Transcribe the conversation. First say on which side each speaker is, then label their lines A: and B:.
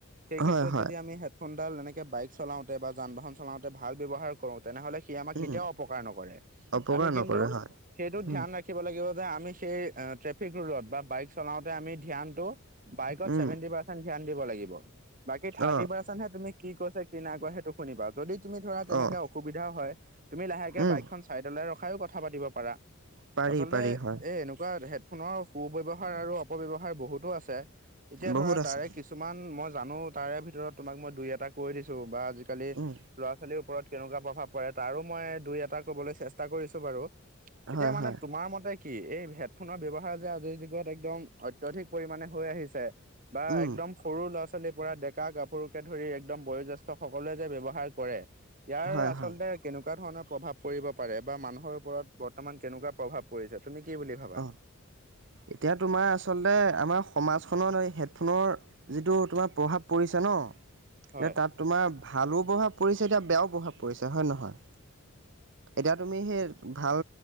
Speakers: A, on the right; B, on the right.
A: সেই ক্ষেত্ৰত
B: হয় হয়
A: যদি আমি হেডফোনডাল এনেকে বাইক চলাওঁতে বা যান - বাহন চলাওঁতে ভাল ব্যৱহাৰ কৰোঁ তেনেহলে সি আমাক
B: উম
A: কেতিয়াও অপকাৰ নকৰে,
B: অপকাৰ
A: আমি
B: নকৰে
A: কিন্তু
B: হয়
A: সেইটো ধ্যান
B: উম
A: ৰা খিব লাগিব যে আমি সেই আ ট্ৰেফিক ৰুলত বা বাইক চলাওঁতে আমি ধ্যানটো বাইকত
B: উম
A: চেভেণ্টি পাৰ্চেন্ট ধ্যান দিব লাগিব, বাকী থাৰ্তী
B: অঁ
A: পাৰ্চ চতহে তুমি কি কৈছা কি নাই কোৱা সেইটো শুনিবা? যদি তুমি ধৰা তেনেকে
B: অঁ
A: অসুবিধা হয় তুমি লাহেকে
B: উম
A: বাইকখন চাইডলৈ ৰখাই কথা পাতিব পাৰা,
B: পাৰি
A: আচলতে
B: পাৰি হয়
A: এই এনেকুৱা সে ফোনৰ সু-ব্যৱহাৰ আৰু অপব্যৱহাৰ বহুতো আছে এতিয়া ধৰা
B: বহুত আছে
A: তাৰে কিছু কিছুমান মই জানো তাৰে ভিতৰত তোমাক মই দুই - এটা কৈ দিছো বা আজিকালি
B: উম
A: ল'ৰা - ছোৱালীৰ ওপৰত কেনেকুৱা প্ৰভাৱ পৰে তাৰো মই দুই এটা কবলৈ চেষ্টা কৰিছো বাৰু। এতিয়া
B: হয়
A: মানে
B: হয়
A: তোমাৰ মতে কি? এই হেডফোনৰ ব্যৱহাৰ যে আজিৰ যুগত একদম অত্যধিক পৰিমাণে হৈ আহিছে বা
B: উম
A: একদম সৰু লৰা ছোৱালীৰ পৰা ডেকা গাভৰোকে ধৰি একদম বয়োজ্যেষ্ঠ সকলোৱে যে ব্যৱহাৰ কৰে ইয়াৰ
B: হয়
A: আচলতে
B: হয়
A: কেনেকুৱা ধৰণৰ প্ৰভাৱ পৰিব পাৰে বা মানুহৰ ওপৰত বৰ্তমান কেনেকুৱা প্ৰভাৱ পৰিছে তুমি কি বুলি ভাবা?
B: অ এতিয়া তোমাৰ আচলতে আমাৰ সমাজখনৰ হেডফোনৰ যিটো তোমাৰ প্ৰভাৱ পৰিছে ন এতিয়া
A: হয়
B: তাত তোমাৰ ভালো প্ৰভাৱ পৰিছে এতিয়া বেয়াও প্ৰভাৱ পৰিছে হয় নে নহয়? এতিয়া তুমি সেই ভাল